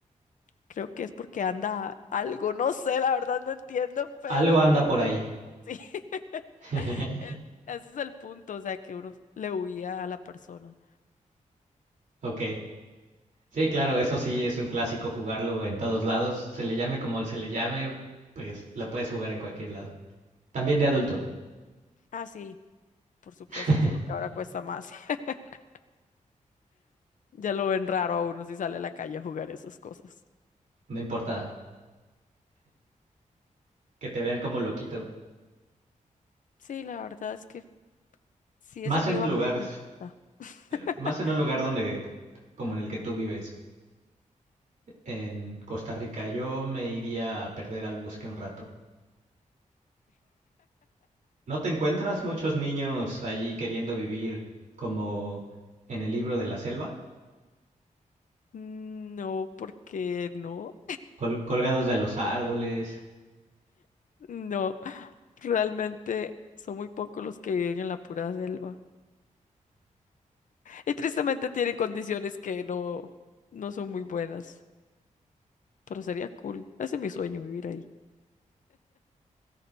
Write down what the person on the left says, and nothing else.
Creo que es porque anda algo, no sé, la verdad no entiendo, pero
sí, <laughs>
e- ese es el punto, o sea, que uno le huía a la persona.
Ah, sí, por supuesto,
solo que ahora cuesta más. <laughs> Ya lo ven raro a uno si sale a la calle a jugar esas cosas.
Sí, la verdad es que si
es en
mi barrio,
no importa. <laughs>
No, porque no,
no, realmente son muy pocos los que viven en la pura selva. Y tristemente tienen condiciones que no, no son muy buenas, pero sería cool. Ese es mi sueño, vivir ahí.